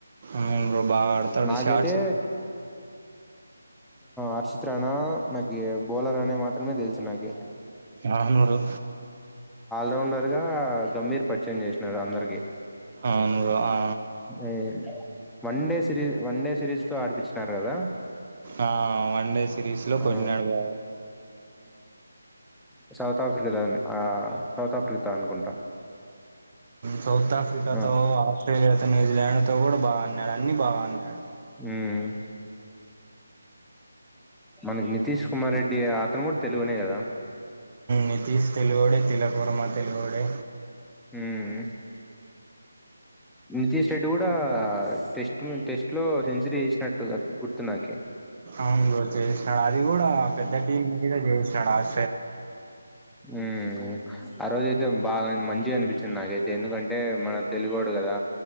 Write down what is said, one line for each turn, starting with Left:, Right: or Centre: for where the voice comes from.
Right: అవును బ్రో బాగా ఆడతాడు
Centre: నాకైతే
Right: షార్ట్స్
Centre: అర్చిత్ రానా నాకు బౌలర్ అనే మాత్రమే తెలుసు నాకి
Right: ఆ నూరు
Centre: రౌండర్ గా గంభీర్ పరిచయం చేసినడు అందరికి
Right: అవును ఆ
Centre: అ one day series one day series తో ఆడిపచ్చినారు కదా
Right: ఆ వన్ డే సిరీస్ లో
Centre: ఆ
Right: కొట్టినాడు బాగా
Centre: సౌత్ ఆఫ్రికా ద ఆ సౌత్ ఆఫ్రికా అనుకుంటాను
Right: సౌత్ ఆఫ్రికాతో
Centre: ఆ
Right: ఆస్ట్రలియా న్యూజీలండ్తో కూడా బాగా న్నాడు అన్ని బాగ అడ్నాడు
Centre: మ్మ్ మనకి నితీష్ కుమార్ రెడ్డి అతను కూడా తెలుగునే కదా
Right: నితీష్ తెలుగడే తిలకర్మ తెలుగడే
Centre: మ్మ్ నితీష్ రెడ్డి కూడా టెస్ట్ టెస్ట్ లో సెంచరీ చేసినట్టు గుర్తు నాకి
Right: అవును ర తె అది కూడా పెద్ద టీం మీద చేశాడు అది
Centre: అ ఆ రోజ అయితే బాగా మంచిగా అనిపించింది నాకైతే ఎందుకంటే మన తెలుగోడు కదా